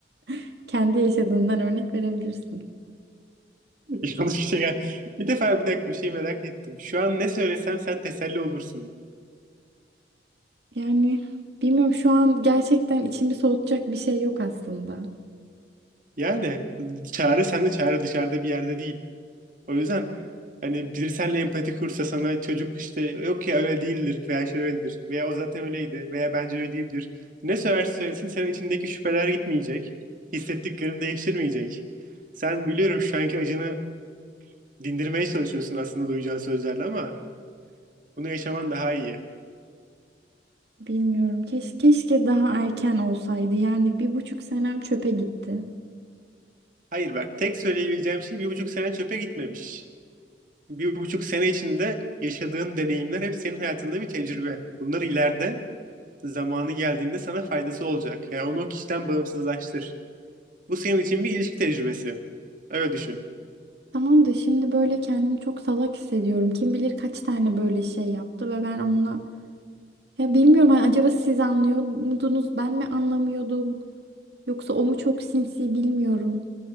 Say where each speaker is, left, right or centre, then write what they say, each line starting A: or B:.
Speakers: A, on the right; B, on the right.
A: <laughs> kendi yaşadığından örnek verebilirsin.
B: <laughs> Yanlış bir şey. gel- Bir defa bir dakika bir şey merak ettim. Şu an ne söylesem sen teselli olursun.
A: Yani bilmiyorum şu an gerçekten içimi soğutacak bir şey yok aslında.
B: Yani çare sende çare dışarıda bir yerde değil. O yüzden hani biri seninle empati kursa sana çocuk işte yok ya öyle değildir veya şöyledir veya o zaten öyleydi veya bence öyle değildir. Ne söylerse söylesin senin içindeki şüpheler gitmeyecek. Hissettiklerini değiştirmeyecek. Sen biliyorum şu anki acını dindirmeye çalışıyorsun aslında duyacağın sözlerle ama bunu yaşaman daha iyi.
A: Bilmiyorum. Keş, keşke daha erken olsaydı. Yani bir buçuk senem çöpe gitti.
B: Hayır bak tek söyleyebileceğim şey bir buçuk sene çöpe gitmemiş. Bir buçuk sene içinde yaşadığın deneyimler hep senin hayatında bir tecrübe. Bunlar ileride zamanı geldiğinde sana faydası olacak. Yani onu o kişiden bağımsızlaştır. Bu senin için bir ilişki tecrübesi. Öyle düşün.
A: Tamam da şimdi böyle kendimi çok salak hissediyorum. Kim bilir kaç tane böyle şey yaptı ve ben onunla... Ya bilmiyorum hani acaba siz anlıyor muydunuz? Ben mi anlamıyordum? Yoksa o mu çok sinsi bilmiyorum.